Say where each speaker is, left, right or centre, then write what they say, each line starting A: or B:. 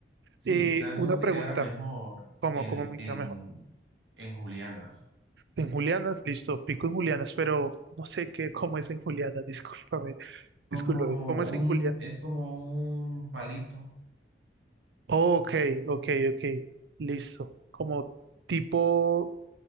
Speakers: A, on the right; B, on the right.
A: sí,
B: Eh,
A: sabes
B: una
A: cómo
B: pregunta,
A: te quedará mejor
B: ¿cómo,
A: en,
B: cómo me
A: en,
B: queda mejor?
A: en julianas?
B: En julianas, listo, pico en julianas, pero no sé qué, cómo es en julianas, <laughs> discúlpame,
A: Como
B: discúlpame, ¿cómo es
A: un,
B: en julianas?
A: es como un palito,
B: Ok, ok, ok, listo. Como tipo,